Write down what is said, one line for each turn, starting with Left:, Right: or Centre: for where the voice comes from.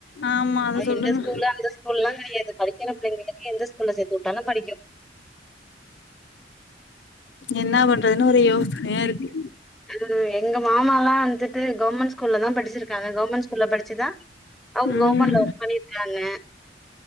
Left: ஆமா அத
Centre: ஆ
Left: சொல்லுங்க
Centre: இந்த ஸ்கூலு அந்த ஸ்கூல்லா கெடையாது படிக்கிற பிள்ளைங்களுக்கு எந்த ஸ்கூல்லா சேத்து உட்டாலு படிக்குயு
Left: என்னா பண்றதுனு ஒரு யோசனையாருக்கு
Centre: அது எங்க மாமாலா வந் துட்டு கவுன்மென்ட் ஸ்கூல்லதா படிச்சிருக்காங்க கவுன்மென்ட் ஸ்கூல்ல படிச்சிதா அவுங்க
Left: ம்
Centre: கவுன்மென்ட்ல ஒர்க் பண்ணியிட்ருக்காங்க